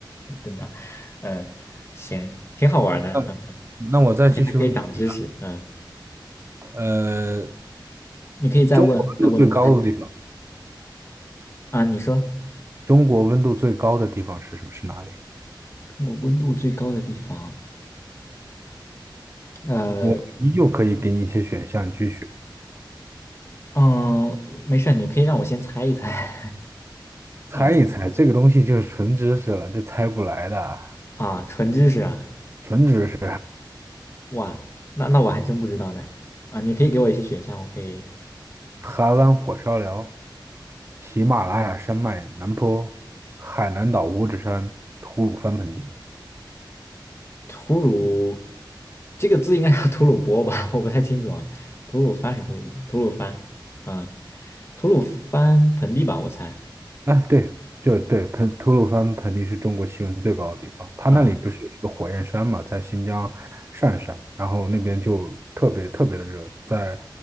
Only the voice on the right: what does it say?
那
那我再继续问你几个，
呃，
中国温度最高的地方，
中国温度最高的地方是什么？是哪里？
我依旧可以给你一些选项，你去选，
猜一猜。
这个东西就是纯知识了，这猜不来的，
纯知识。
台湾火烧寮、喜马拉雅山脉南坡、海南岛五指山、吐鲁番盆地。
哎，对，就对，盆吐鲁番盆地是中国气温最高的地方，它那里不是有一个火焰山嘛，
在新疆鄯善，然后那边就特别特别的热，在